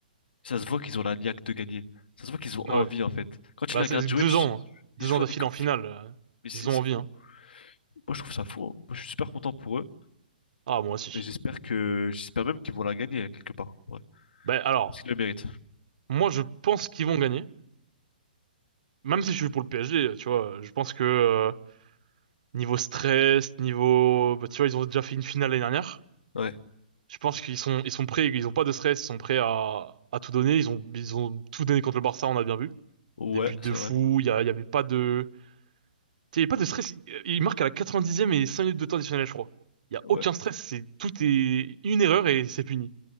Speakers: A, on the left; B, on the right.
A: ça se voit qu'ils ont la niaque de gagner. Ça se voit qu'ils ont envie
B: Ouais.
A: en fait. Quand tu
B: Bah,
A: les regardes
B: c'est c'est
A: jouer,
B: deux
A: tu-
B: ans, hein.
A: ils
B: Deux
A: jouent
B: ans d'affilée
A: avec envie,
B: en finale. euh,
A: mais c'est
B: Ils
A: c'est
B: ont envie,
A: fou.
B: hein.
A: Moi je trouve ça fou, hein. Moi je suis super content pour eux,
B: Ah, moi aussi.
A: et j'espère que, j'espère même qu'ils vont la gagner quelque part, ouais,
B: Bah, alors,
A: parce qu'ils le méritent.
B: moi, je pense qu'ils vont gagner. Même si je suis pour le PSG, tu vois, je pense que euh, niveau stress, niveau, bah, tu vois, ils ont déjà fait une finale l'année dernière.
A: Ouais.
B: Je pense qu'ils sont, ils sont prêts, ils ont pas de stress, ils sont prêts à, à tout donner. Ils ont, ils ont tout donné contre le Barça, on a bien vu.
A: Ouais,
B: Des buts de
A: c'est
B: fou,
A: vrai.
B: il y, a- il y avait pas de, tu sais, il y avait pas de stress. Ils ils marquent à la 90e et 5 minutes de temps additionnel, je crois. Il y a
A: Ouais.
B: aucun stress, c'est tout est une erreur et c'est puni.